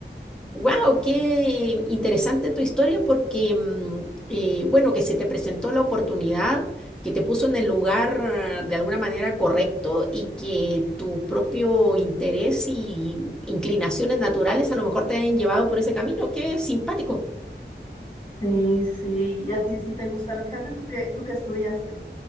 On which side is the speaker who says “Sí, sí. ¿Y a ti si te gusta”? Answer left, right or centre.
Left